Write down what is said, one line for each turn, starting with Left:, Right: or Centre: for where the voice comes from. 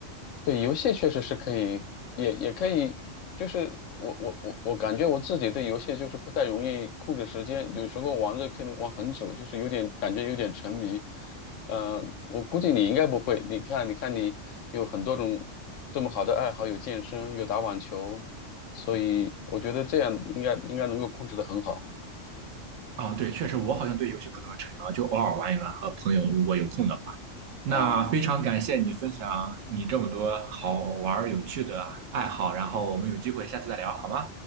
Left: 对，游戏确实是可以，也也可以，就是我我我我感觉我自己对游戏就是不太容易控制时间，有时候玩着可能玩很久，就是有点感觉有点沉迷。呃，我估计你应该不会，你看你看你有很多种这么好的爱好，有健身，有打网球，所以我觉得这样应该应该能够控制得很好。
Right: 啊，对，确实我好像对游戏不怎么沉迷啊就偶尔玩一玩，和朋友如果有空的话。那非常感谢你分享你这么多好玩儿有趣的爱好，
Left: 哦。
Right: 然后我们有机会下次再聊，好吗？